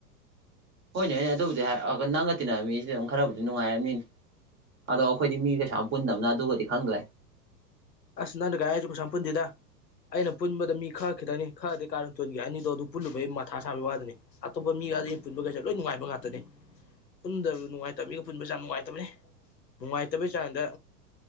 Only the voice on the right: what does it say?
ꯍꯩꯅꯅꯦ ꯑꯗꯨꯕꯨꯗꯤ ꯅꯪꯒ ꯇꯤꯟꯅ ꯃꯤꯁꯤꯗꯤ ꯑꯗꯨꯝ ꯈꯔꯕꯨꯗꯤ ꯅꯨꯡꯉꯥꯏꯔꯝꯅꯤꯅꯤ ꯑꯗꯣ ꯑꯩꯈꯣꯏꯗꯤ ꯃꯤ ꯀꯩꯁꯥ ꯌꯥꯝ ꯄꯨꯟꯗꯕꯅ ꯑꯗꯨꯒꯗꯤ ꯈꯪꯗ꯭ꯔꯦ